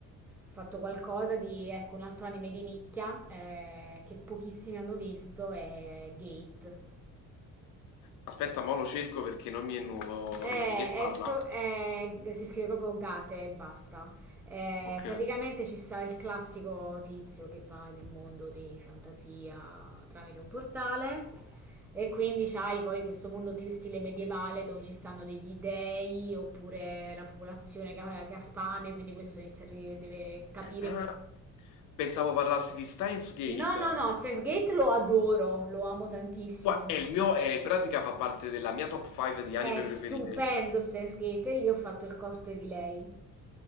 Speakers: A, in the centre; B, on the left.
A: fatto qualcosa di, ecco, un altro anime di nicchia eh, che pochissimi hanno visto è Gate.
B: Aspetta, mo lo cerco perché non mi è nuovo
A: Eh,
B: di che parla.
A: esso è- si scrive proprio Gate e basta. Eh,
B: Ok.
A: praticamente ci sta il classico tizio che va nel mondo di fantasia tramite un portale e quindi c'hai poi questo mondo più stile medievale dove ci stanno degli dei oppure la popolazione che ha, che ha fame, quindi questo inizia a ri- deve capire
B: Ah,
A: come funziona.
B: pensavo parlassi di Steins Gate.
A: No, no, no, Steins Gate lo adoro, lo amo tantissimo.
B: Gua è il mio eh, in pratica fa parte della mia top 5 di anime
A: È stupendo
B: preferite.
A: Steins Gate e lì ho fatto il cosplay di lei.